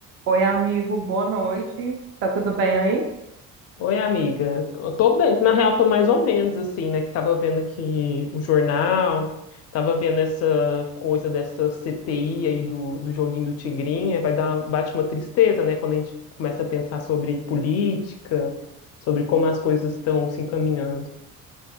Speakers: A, on the right; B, on the left.
A: Oi, amigo, boa noite. Tá tudo bem aí?
B: Oi, amiga. Eu tô bem, na real, tô mais ou menos assim, né? Que tava vendo aqui o jornal, tava vendo essa coisa dessa CPI aí do, do joguinho do Tigrinha. Vai dar, bate uma tristeza, né? Quando a gente começa a pensar sobre política, sobre como as coisas estão se encaminhando.